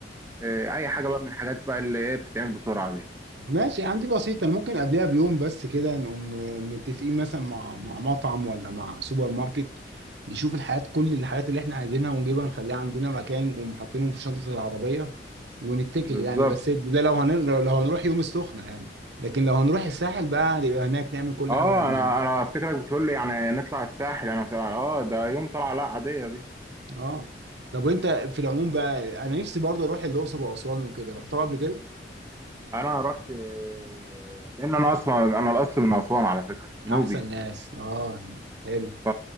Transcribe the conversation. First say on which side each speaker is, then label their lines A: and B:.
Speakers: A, on the right; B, on the right.
A: إيه اي حاجة بقى من الحاجات بقى اللي ايه بتتعمل بسرعة دي
B: ماشي يا عم دي بسيطة أنا ممكن قبلها بيوم بس كده نقوم متفقين مثلا مع مع مطعم ولا مع سوبر ماركت نشوف الحاجات كل الحاجات اللي إحنا عايزينها ونجيبها نخليها عندنا مكان نقوم حاطينهم في شنطة العربية ونتكل
A: بالظبط
B: يعني بس ده لو هن... لو هنروح يوم السخنة يعني لكن لو هنروح الساحل بقى نبقى هناك نعمل كل
A: اه
B: حاجة من
A: انا
B: هنا
A: انا افتكرك بتقول لي يعني نطلع الساحل انا ف- اه ده يوم طلعة لا عادية دي
B: اه طب وأنت في العموم بقى أنا نفسي برضه أروح الأقصر وأسوان وكده رحتها قبل كده
A: انا رحت آه، لان انا اصلا انا الاصل من اسوان على فكرة نوبي
B: أحسن ناس اه حلو
A: ف